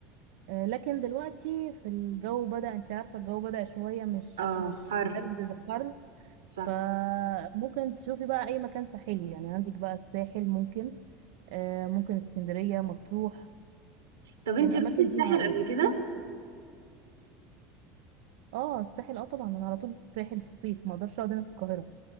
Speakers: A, on the right; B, on the right.
A: آه لكن دلوقتي في الجو بدأ انت عارفه الجو بدأ شويه مش
B: اه
A: مش
B: حر
A: برد ده حر
B: صح
A: فممكن تشوفي بقى اي مكان ساحلي يعني عندك بقى الساحل ممكن آه ممكن اسكندريه مطروح
B: طب انتي
A: الاماكن
B: روحتي الساحل
A: دي معقوله
B: قبل كده
A: اه الساحل اه طبعا انا على طول في الساحل في الصيف ما اقدرش اقعد هنا في القاهره